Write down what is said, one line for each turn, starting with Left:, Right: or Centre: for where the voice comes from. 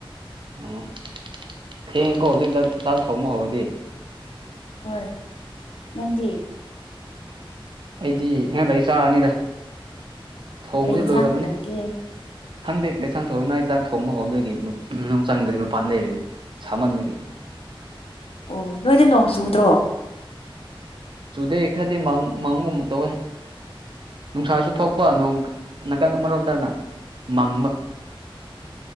Right: ꯑꯣ ꯊꯦꯡꯉꯤꯀꯣ ꯍꯧꯖꯤꯛꯥꯛ ꯆꯥꯛ ꯊꯣꯡꯕ ꯍꯧꯔꯗꯤ
Left: ꯍꯣꯏ ꯅꯗꯤ
Right: ꯑꯩꯗꯤ ꯉꯍꯥꯛ ꯂꯩꯏ ꯆꯥꯔꯅꯤꯗ ꯊꯣꯡꯕꯁꯨ
Left: ꯀꯩ ꯏꯟꯁꯥꯡ
Right: ꯂꯣꯏꯔꯝꯃꯅꯤ
Left: ꯊꯣꯡꯒꯦ
Right: ꯍꯪꯗꯛ ꯀꯩꯁꯥꯡꯊꯣꯡꯅ ꯆꯥꯛ ꯊꯣꯡꯕ ꯍꯣꯡꯕꯗꯒꯤ ꯃꯅꯨꯡ ꯆꯪꯗ꯭ꯔꯔꯤ ꯃꯄꯥꯟ ꯂꯩꯔꯤꯅꯤ ꯁꯥꯃꯟꯕꯒꯤ
Left: ꯑꯣ ꯅꯣꯏꯗꯤ ꯅꯣꯡ ꯆꯨꯗ꯭ꯔꯣ
Right: ꯆꯨꯗꯦ ꯈꯔꯗꯤ ꯃꯃꯨ ꯑꯃꯨꯛ ꯇꯧꯋꯦ ꯅꯨꯡꯁꯥꯁꯨ ꯊꯣꯛꯄ ꯅꯣꯡ ꯅꯥꯀꯟ ꯑꯃꯔꯣꯝꯗꯅ ꯃꯪꯕ